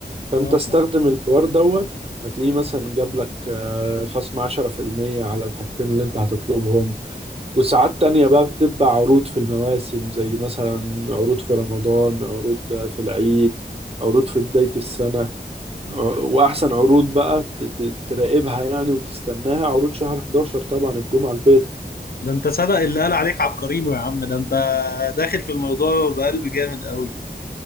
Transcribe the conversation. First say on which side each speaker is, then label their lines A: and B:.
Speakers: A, on the right; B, on the left.
A: فانت
B: آه
A: استخدم الحوار دوت هتلاقيه مثلا جاب لك آه، خصم 10% على الحاجتين اللي انت هتطلبهم وساعات تانية بقى بتبقى عروض في المواسم زي مثلا عروض في رمضان عروض في العيد عروض في بداية السنة ع- وأحسن عروض بقى ت- ت- تراقبها يعني وتستناها عروض شهر 11 طبعا الجمعة البيضاء
B: ده أنت صدق اللي قال عليك عبقرينو يا عم ده أنت داخل في الموضوع بقلب جامد قوي